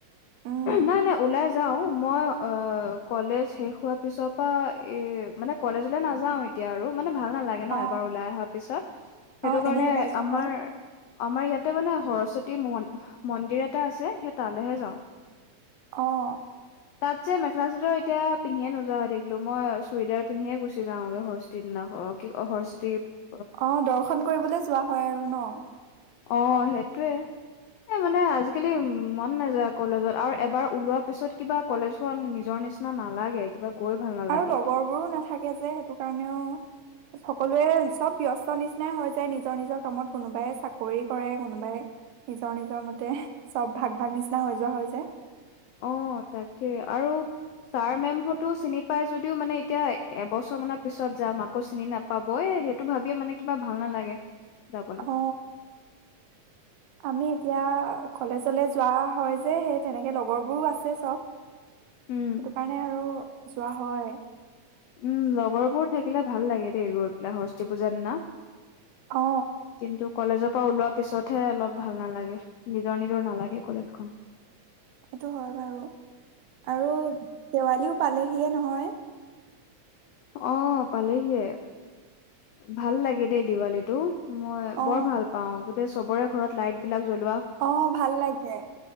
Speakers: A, on the right (about 75°); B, on the left (about 85°).
A: উম
B: নাই নাই ওলাই যাও মই অহ কলেজ শেষ হোৱাৰ পিছৰ পৰা এহ মানে কলেজলে নাযাও এতিয়া আৰু মানে ভাল নালাগে ন।
A: অ
B: ওলাই হোৱাৰ পিছত সেইটোকাৰণে
A: অ এনেই ওলাই যোৱা
B: আমাৰ
A: হয়
B: আমাৰ ইয়াত ইয়াতে মানে সৰস্বতী মন্দিৰ এটা আছে সেই তালৈহে যাওঁ।
A: অহ
B: তাত যে মেখেলা চাদৰ এতিয়া পিন্ধিয়ে নোযোৱা হৈ থাকিলো মই চুইদাৰ পিন্ধিয়ে গুচি যাওঁগৈ সৰস্বতীৰ দিনা অ কি সৰস্বতী <unintelligible>
A: অহ দৰ্শন কৰিবলৈ যোৱা হয় আৰু ন
B: অহ সেইটোৱে এ মানে আজিকালি মন নাযায় কলেজত আৰু এবাৰ ওলোৱা পিছত কিবা কলেজখন নিজৰ নিচিনা নালাগে কিবা গৈ ভাল নালাগে
A: আৰু লগৰবোৰো
B: এতিয়া
A: নাথাকে যে সেইটো কাৰণেও সকলোৱে চব ব্যস্ত নিচিনাই হৈ যায় নিজৰ নিজৰ কামত কোনোবাই চাকৰি কৰে কোনোবাই নিজৰ নিজৰ মতে সব ভাগ ভাগ নিচিনা হৈ যোৱা হৈ যায়।
B: অহ তাকেই আৰু ছাৰ মেমহতো চিনি পাই যদিও মানে এতিয়া এবছৰ মানৰ পিছত যাম আকৌ চিনি নাপাবই সেইটো ভাবিয়ে মানে কিবা ভাল নালাগে। যাবলৈ
A: অ আমি এতিয়া কলেজলে যোৱা হয় সে সেই তেনেকে লগৰ বোৰো আছে চব
B: উম
A: সেইটো কাৰণে আৰু যোৱা হয়
B: উম লগৰবোৰ থাকিলে ভাল লাগে দেই গৈ পেলাই সৰস্বতী পূজাৰ দিনা
A: অ
B: কিন্তু কলেজৰ পৰা ওলোৱা পিছতহে অলপ ভাল নেলাগে নিজৰ নিজৰ নেলাগে কলেজখন
A: সেইটো হয় বাৰু আৰু দেৱালীও পালেহি হিয়ে নহয়
B: অ পালেহিয়ে ভাল লাগে দেই দেৱালীটো মই
A: অ
B: বৰ ভাল পাওঁ চবৰে ঘৰত লাইট বিলাক জ্বলে
A: অ ভাল লাগে